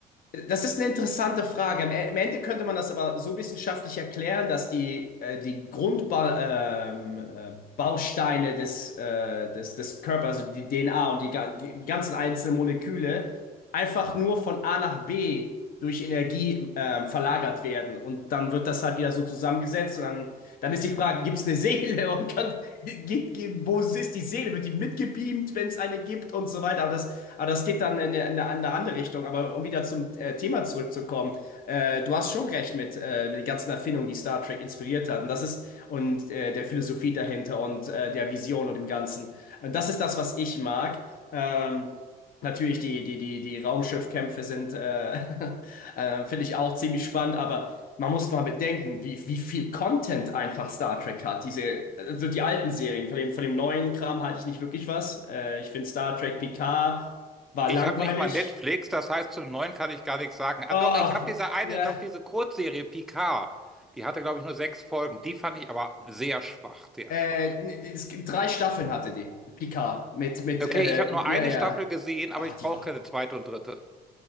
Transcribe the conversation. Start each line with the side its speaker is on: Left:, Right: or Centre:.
Left: das ist eine interessante Frage. Im, E- im Ende könnte man das aber so wissenschaftlich erklären, dass die, äh, die Grundbausteine des, äh, des, des Körpers, also die DNA und die, ga- die ganzen einzelnen Moleküle, einfach nur von A nach B durch Energie ähm, verlagert werden. Und dann wird das halt wieder so zusammengesetzt. Und dann, dann ist die Frage, gibt es eine Seele? Und kann, gibt, gibt, wo ist die Seele? Wird die mitgebeamt, wenn es eine gibt und so weiter? Aber das, aber das geht dann in eine, in eine in eine andere Richtung. Aber um wieder zum äh, Thema zurückzukommen, äh, du hast schon recht mit äh, den ganzen Erfindungen, die Star Trek inspiriert hat. Und das ist, und äh, der Philosophie dahinter und äh, der Vision und dem Ganzen. Und das ist das, was ich mag. Ähm, Natürlich, die, die, die, die Raumschiffkämpfe sind, äh, <laughs> äh, finde ich auch ziemlich spannend, aber man muss mal bedenken, wie, wie viel Content einfach Star Trek hat. Diese, also die alten Serien, von dem, von dem neuen Kram halte ich nicht wirklich was. Äh, ich finde Star Trek Picard war
Centre: Ich
Left: langweilig.
Centre: habe nicht mal Netflix, das heißt, zum Neuen kann ich gar nichts sagen. Ah,
Left: Ah,
Centre: doch, ich habe diese eine,
Left: ja.
Centre: doch diese Kurzserie Picard. Die hatte, glaube ich, nur sechs Folgen. Die fand ich aber sehr schwach, sehr
Left: Äh,
Centre: schwach.
Left: es gibt drei Staffeln hatte die, Picard, mit, mit,
Centre: Okay,
Left: äh,
Centre: ich habe nur
Left: ja,
Centre: eine
Left: ja.
Centre: Staffel gesehen, aber
Left: Ah,
Centre: ich
Left: die
Centre: brauche
Left: war
Centre: keine zweite und dritte.